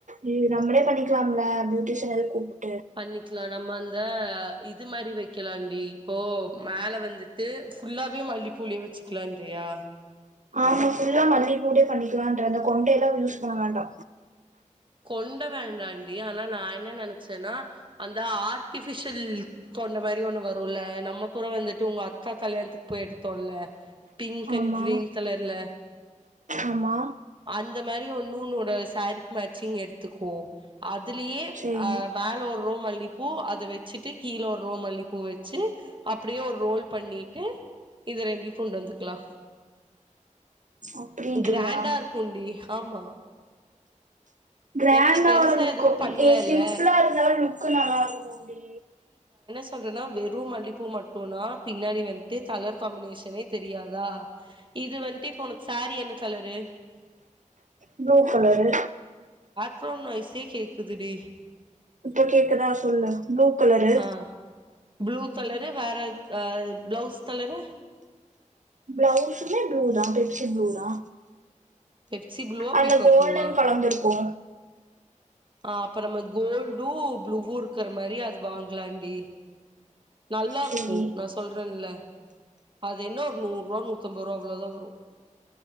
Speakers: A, on the right; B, on the right.
A: ம் நம்முளே பண்ணிக்கலாம்லா பியூட்டிஷன் இதையோ கூப்டு
B: பண்ணிக்கிலா நம்ம அந்த இது மாரி வெக் க்கிலான்டி இப்போ மேல வந்துட்டு ஃபுல்லாவே மல்லிப்பூலியே வெச்சுக்கலான்ரியா
A: ஆமா ஃபுல்லா மல்லிப்பூலயே பண்ணிறலான்றத அந்த கொண்டைலா யூஸ் பண்ண வேண்டா
B: கொண்ட வேண்டாண்டி அனா நா என்ன நெனச்சன்னா அந்த ஆர்டிபிஷில் கொண்ட மாரி ஒண்ணு வருல்ல நம்ம கூட வந்துட்டு உங்க அக்கா கல்யாணத்துக்கு போய்யெடுத்தோல பிங்கன்
A: ஆமா
B: கிரீன் கலர்ல
A: ஆமா
B: அந்த மாரி ஒண்ணு உன்னோட சாரீக்கு மேச் சீங் எடுத்துக்கோ அத் திலியேப்
A: சேரி
B: ஆஹ மேல ஒர் ரோ மல்லிப்பூ அத வெச்சுட்டு கீல ஒரு ரோ மல்லிப்பூ வெச்சு அப்டியே ஒரு ரோல் பண்ணிட்டு இத ரெண்டி கொண்டு வந்துக்குலா
A: அப்டின்றியா
B: கிராண்டாயிருக்குன் டி ஆமா
A: கிராண்டா
B: ஏன்னா நீ பெருசா
A: ஒரு லுக்கு
B: எதுவு பண்லல்ல
A: ஏ சிம்புளா இருந்தாலு லுக்கு நல்லாயிருக்குடி
B: சொல்றன்னா வெரு மல்லிப்பூ மட்டுனா பின்னாடி வண்ட்டு கலர் காம்மினேஷனே தெரியாதா இது வண்ட்டு இப்போ உனக் சாரீ என்ன கலரு
A: ப்ளூ கலரு
B: ஃரோன் நோயிஸ்ஸே கேக்குது டி
A: இப்ப கேக்குதா சொல்லுங் ப்ளூ கலரு
B: ஆ ப்ளூ கலரு வேற எத்தாவ் ப்ளவுஸ் கலரு
A: ப்ளவுஸ்சுமே ப்ளூதா தெச் ச்சந்தூரா
B: பெப்சி ப்ளூவா
A: அதுல
B: பீகாக்
A: கோல்டன்
B: ப்ளூவா
A: கலந்துருக்கு
B: ஆஹ அப்பறம்ம கோல்டு ப்ளூவ்வு இருக்குறா மாரி அது வாங்கலாண்டி நல்லாருக்கு
A: சேரி
B: நா சொல்றேன்ல அது என்ன ஒர் நூறுவா நூத்தம்பரூவா அவுளோதா வரு